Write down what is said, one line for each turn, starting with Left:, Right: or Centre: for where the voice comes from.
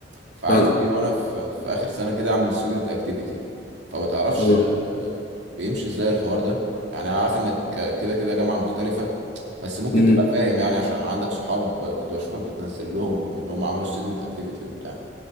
Right: فعايز
Left: فاهمك
Right: ايه وانا في في اخر سنه كده اعمل ستودنت اكتيفيتي فما تعرفش
Left: اه
Right: آه، بيمشي ازاي الحوار ده يعني انا عارف انك كده كده جامعه مختلفه بس ممكن
Left: امم
Right: تبقى فاهم يعني عشان عندك صحاب كنت بشوفك بتنزل لهم ان هم عملوا ستودنت اكتيفيتي وبتاع